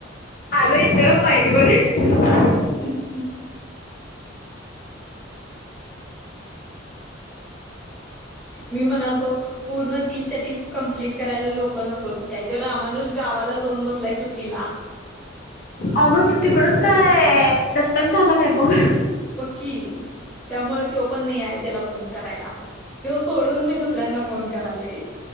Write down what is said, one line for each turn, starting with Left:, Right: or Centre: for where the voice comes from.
Left: आलो इथं पायरी ब
Centre: हम् हम् मी म्हणालतो पूर्ण तीसच्या तीस कं्प्लीट करायला लोकं नकोत काय जेव रामानुष गावाला जाऊन बसलाय सुट्टीला
Left: अगड तू तिकडच काय दत्तक झाला काय बघ
Centre: बकी त्यामुळे तो पण नाही आहे त्याला फोन करायला तो सोडून मी दुसऱ्यांना फोन करालो